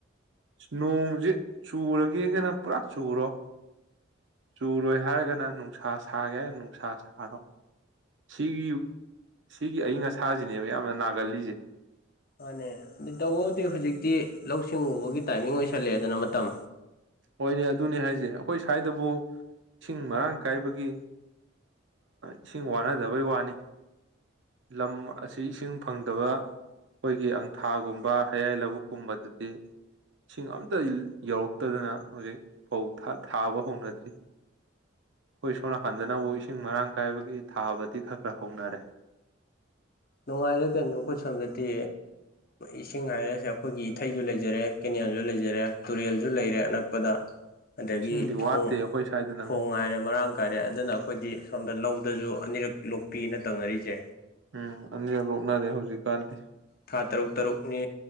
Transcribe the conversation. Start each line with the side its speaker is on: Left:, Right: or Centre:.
Right: ꯅꯣꯡꯁꯦ ꯆꯨꯔꯒꯦ ꯀꯅ ꯄꯨꯔꯥ ꯆꯨꯔꯣ ꯆꯨꯔꯣꯏ ꯍꯥꯏꯔꯒꯅ ꯅꯨꯡꯁꯥ ꯁꯥꯒꯦ ꯅꯨꯡꯁꯥ ꯁꯥꯔꯣ ꯁꯤꯒꯤ ꯁꯤꯒꯤ ꯑꯏꯪ ꯑꯁꯥꯁꯤꯅꯦꯕ ꯌꯥꯝꯅ ꯅꯥꯒꯜꯂꯤꯁꯦ
Left: ꯃꯥꯅꯦ ꯑꯗꯨ ꯇꯧꯕꯕꯨꯗꯤ ꯍꯧꯖꯤꯛꯇꯤ ꯂꯧꯁꯤꯡ ꯎꯕꯒꯤ ꯇꯥꯏꯃꯤꯡ ꯑꯣꯏꯁꯜꯂꯑꯦꯗꯅ ꯃꯇꯝ
Right: ꯍꯣꯏꯅꯦ ꯑꯗꯨꯅꯤ ꯍꯥꯏꯁꯦ ꯑꯩꯈꯣꯏ ꯁ꯭ꯋꯥꯏꯗꯕꯨ ꯏꯁꯤꯡ ꯃꯔꯥꯡ ꯀꯥꯏꯕꯒꯤ ꯏꯁꯤꯡ ꯋꯥꯅꯗꯕꯩ ꯋꯥꯅꯤ ꯂꯝ ꯑꯁꯤ ꯏꯁꯤꯡ ꯐꯪꯗꯕ ꯑꯩꯈꯣꯏꯒꯤ ꯑꯪꯊꯥꯒꯨꯝꯕ ꯍꯌꯥꯏ ꯂꯧꯕꯨꯛꯀꯨꯝꯕꯗꯨꯗꯤ ꯏꯁꯤꯡ ꯑꯝꯇ ꯌꯧꯔꯛꯇꯗꯅ ꯍꯧꯖꯤꯛ ꯐꯧ ꯊꯥꯕ ꯍꯧꯅꯗ꯭ꯔꯤ ꯑꯩꯈꯣꯏ ꯁꯣꯝ ꯅꯥꯀꯟꯗꯅꯕꯨ ꯏꯁꯤꯡ ꯃꯔꯥꯡ ꯀꯥꯏꯕꯒꯤ ꯊꯥꯕꯗꯤ ꯈꯔ ꯈꯔ ꯍꯧꯅꯔꯦ
Left: ꯅꯨꯡꯉꯥꯏꯔꯦꯒꯩꯅꯣ ꯑꯈꯣꯏꯁꯣꯟꯗꯗꯤ ꯏꯁꯤꯡ ꯍꯥꯏꯔꯁꯦ ꯑꯩꯈꯣꯏꯒꯤ ꯏꯊꯩꯁꯨ ꯂꯩꯖꯔꯦ ꯀꯦꯅꯦꯜꯁꯨ ꯂꯩꯖꯔꯦ ꯇꯨꯔꯦꯜꯁꯨ ꯂꯩꯔꯦ ꯑꯅꯛꯄꯗ ꯑꯗꯒꯤ
Right: ꯏꯁꯤꯡꯗꯤ
Left: ꯈꯣꯡ
Right: ꯋꯥꯠꯇꯦ ꯑꯩꯈꯣꯏ ꯁ꯭ꯋꯥꯏꯗꯅ
Left: ꯈꯣꯡ
Right: ꯑꯃꯨꯛ
Left: ꯍꯥꯏꯔꯦ ꯃꯔꯥꯡ ꯀꯥꯏꯔꯦ ꯑꯗꯨꯅ ꯑꯩꯈꯣꯏꯗꯤ ꯁꯣꯝꯗ ꯂꯧꯗꯁꯨ ꯑꯅꯤꯔꯛ ꯂꯣꯛꯄꯤꯅ ꯇꯧꯅꯔꯤꯁꯦ
Right: ꯎꯝ ꯑꯅꯤꯔꯛ ꯂꯣꯛꯅꯔꯦ ꯍꯧꯖꯤꯛꯀꯥꯟꯗꯤ
Left: ꯊꯥ ꯇꯔꯨꯛ ꯇꯔꯨꯛꯅꯤ